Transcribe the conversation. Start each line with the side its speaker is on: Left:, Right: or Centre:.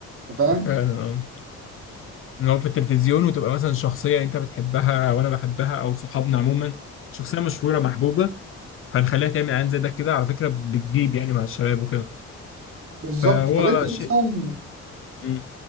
Right: انت فاهم
Left: فعلا اه ان هو في التلفزيون وتبقى مثلا شخصية انت بتحبها او انا بحبها او صحابنا عموما شخصية مشهورة محبوبة فهنخليها تعمل اعلان زي ده كده على فكرة بتجيب يعني مع الشباب وكده
Right: بالظبط
Left: فهو
Right: طب انت
Left: شيء
Right: مثلا
Left: إمم.